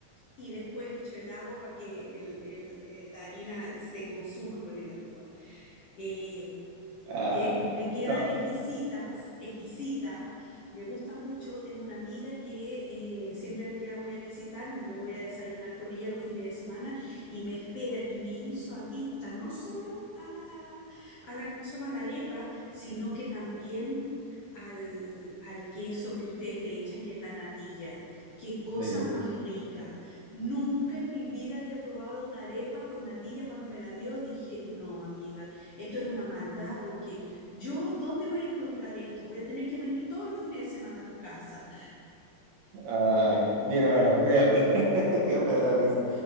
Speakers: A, on the left; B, on the right.
A: y después echo el agua para que el- el- eh, la harina se consuma con el agua. Eh,
B: ah,
A: eh, me quedan
B: no,
A: exquisitas, exquisitas, me gusta mucho. Tengo una amiga que eh, siempre que la voy a visitar, no, me voy a desayunar con ella los fines de semana y me espera y me hizo adicta no solo a la, a la, ¿cómo se llama? A la arepa, sino que también al, al queso que ustedes le echan, que es la natilla. Qué cosa
B: sí.
A: más rica. Nunca en mi vida había probado una arepa con natilla. Cuando me la dio, dije, no, amiga, esto es una maldad porque yo, ¿dónde voy a encontrar esto? Voy a tener que venir todos los fines de semana a tu casa.
B: Ay, mira, bueno, fíjate <laughs> que me da risa.